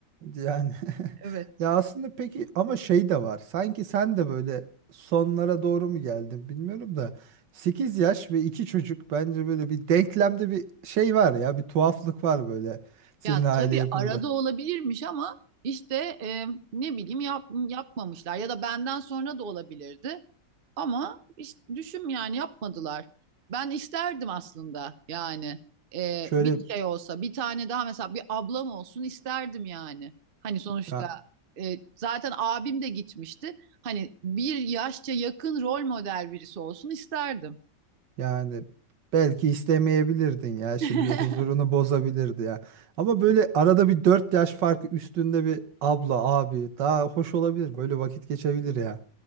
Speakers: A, on the right; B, on the right.
A: Yani <laughs>
B: Evet.
A: ya aslında peki ama şey de var. Sanki sen de böyle sonlara doğru mu geldin bilmiyorum da 8 yaş ve 2 çocuk bence böyle bir denklemde bir şey var ya bir tuhaflık var böyle senin
B: Ya
A: aile
B: tabii
A: yapında.
B: arada olabilirmiş ama işte e, ne bileyim yap, yapmamışlar ya da benden sonra da olabilirdi. Ama işte düşün yani yapmadılar. Ben isterdim aslında yani e,
A: Şöyle
B: bir şey olsa bir tane daha mesela bir ablam olsun isterdim yani. Hani sonuçta
A: ya,
B: e, zaten abim de gitmişti. Hani bir yaşça yakın rol model birisi olsun isterdim.
A: yani belki istemeyebilirdin ya şimdi
B: <laughs>
A: huzurunu bozabilirdi ya. Ama böyle arada bir 4 yaş farkı üstünde bir abla abi daha hoş olabilir böyle vakit geçebilir ya.